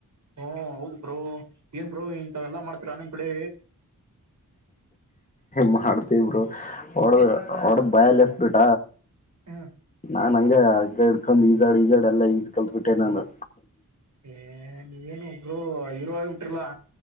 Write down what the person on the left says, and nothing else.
ಮಾಡ್ತವಿ ಬ್ರೋ ವಡ್ದ ವಡ್ದ್ ಬಯಲ್ಲ ಎಸ್ ಬಿಟ
ನಾನ್ ಹಂಗ ಅಗ್ಗ ಇಡ್ಕೊಂಡ್ ಈಜಾಡ್ ಈಜಾಡ್ ಎಲ್ಲ ಈಜ್ ಕಲ್ತ್ ಬಿಟ್ಟೆ ನಾನು